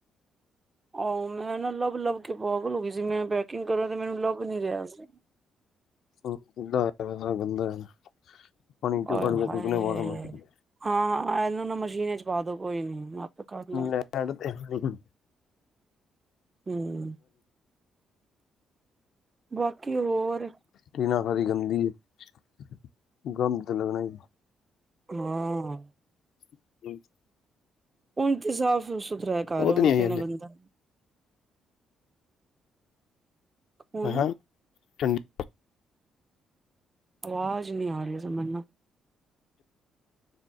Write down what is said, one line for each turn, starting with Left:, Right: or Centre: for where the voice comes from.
Right: ਆਹ ਮੈਂ ਨਾ ਲੱਭ ਲੱਭ ਕੇ ਪਾਗਲ ਹੋ ਗਈ ਸੀ। ਮੈਂ ਪੈਕਿੰਗ ਕਰਾਂ ਤੇ ਮੈਨੂੰ ਲੱਭ ਨੀ ਰਿਹਾ ਸੀ।
Left: ਸਭ ਗੰਦਾ ਹੈ ਸਾਰਾ ਗੰਦਾ ਹੈ ਪਾਣੀ ਚ
Right: ਆਏ
Left: ਕੱਢ ਕੇ
Right: ਹਾਏ
Left: ਸੁਕਨੇ ਪਾ ਦੇ।
Right: ਹਾਂ, ਇਹਨੂੰ ਨਾ ਮਸ਼ੀਨ ਚ ਪਾ ਦੋ ਕੋਈ ਨੀ। ਆਪੇ ਕਰ ਲਾਂ
Left: ਲੈਟ <unintelligible>
Right: ਹੂੰ,,, ਬਾਕੀ ਹੋਰ
Left: ਟੀਨਾ ਸਾਰੀ ਗੰਦੀ ਹੈ ਗੰਦ ਤੇ ਲੱਗਣਾ।
Right: ਹਾਂ
Left: <unintelligible>
Right: ਹੁਣ ਤੇ ਸਾਫ਼ ਸੁਥਰਾ ਏ ਘਾਰ
Left: ਉਹ
Right: ਹੁਣ
Left: ਨਹੀਂ ਆਈ
Right: ਤੇ
Left: ਹਲੇ।
Right: ਨਾ ਗੰਦਾ ਹੁਣ
Left: ਹਾਂ ਠੰਡੀ
Right: ਆਵਾਜ ਨੀ ਆਰੀ ਏ ਸਮਨਾ।